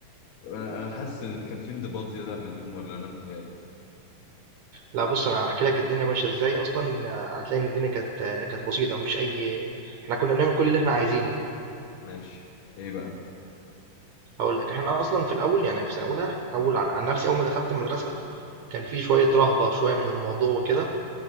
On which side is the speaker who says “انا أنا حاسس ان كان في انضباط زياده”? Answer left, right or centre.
Left